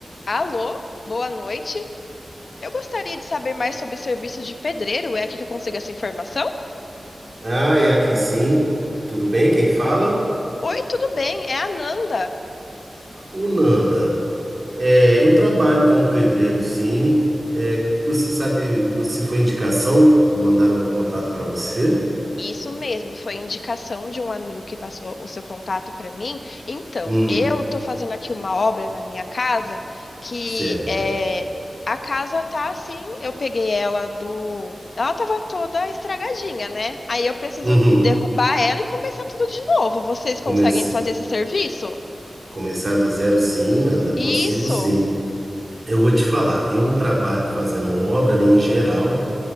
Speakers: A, on the left (about 75°); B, on the right (about 45°).
A: Alô, boa noite. Eu gostaria de saber mais sobre serviços de pedreiro. É aqui que eu consigo essa informação?
B: Ah, é aqui sim. Tudo bem? Quem fala?
A: Oi, tudo bem? É a Nanda.
B: O Nanda. É, eu trabalho como pedreiro, sim. É, você sabe, você foi indicação? Mandaram meu contato para você?
A: Isso mesmo, foi indicação de um amigo que passou o seu contato para mim. Então,
B: Hum,
A: eu estou fazendo aqui uma obra na minha casa que
B: certo,
A: é,
B: Nanda.
A: a casa tá assim, eu peguei ela do. Ela tava toda estragadinha, né? Aí eu preciso
B: Uhum.
A: derrubar ela e começar tudo de novo. Vocês conseguem
B: Comece-
A: fazer esse serviço?
B: começar do zero, sim, Nanda. Consigo,
A: Isso.
B: sim. Eu vou te falar. Eu trabalho fazendo obra, né, em geral.